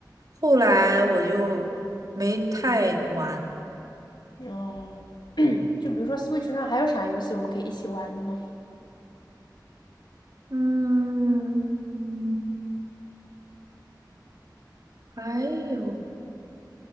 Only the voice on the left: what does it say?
哦，<clears throat> 就比如说 Switch 上还有啥游戏我们可以一起玩的吗？